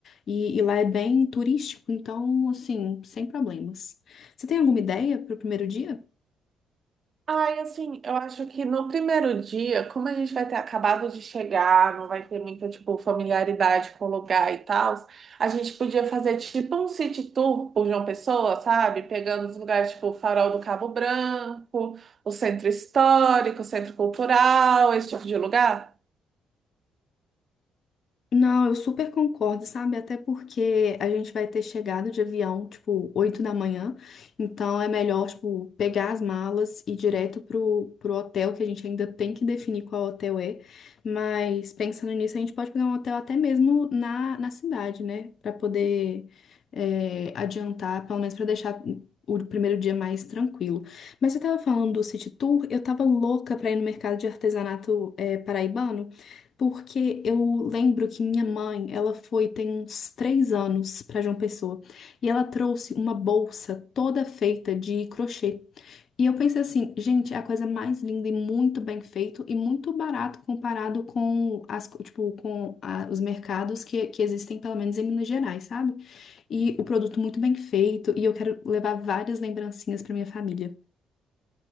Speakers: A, on the left; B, on the right.
A: e, e lá é bem turístico, então, assim, sem problemas. Você tem alguma ideia para o primeiro dia?
B: Ai, assim, eu acho que no primeiro dia, como a gente vai ter acabado de chegar, não vai ter muita, tipo, familiaridade com o lugar e tal, a gente podia fazer, tipo, um city tour por João Pessoa, sabe? Pegando os lugares, tipo, o Farol do Cabo Branco, o Centro Histórico, o Centro Cultural, esse tipo de lugar.
A: Não, eu super concordo, sabe? Até porque a gente vai ter chegado de avião, tipo, 8 da manhã. Então é melhor, tipo, pegar as malas e ir direto pro, pro hotel, que a gente ainda tem que definir qual hotel é. Mas pensando nisso, a gente pode pegar um hotel até mesmo na, na cidade, né? Pra poder é, adiantar, pelo menos pra deixar o primeiro dia mais tranquilo. Mas você tava falando do City Tour, eu tava louca pra ir no mercado de artesanato é, paraibano. Porque eu lembro que minha mãe, ela foi tem uns três anos para João Pessoa e ela trouxe uma bolsa toda feita de crochê. E eu pensei assim, gente, é a coisa mais linda e muito bem feito e muito barato comparado com as, co- tipo, com a- os mercados que, que existem, pelo menos em Minas Gerais, sabe? E o produto muito bem feito e eu quero levar várias lembrancinhas para minha família.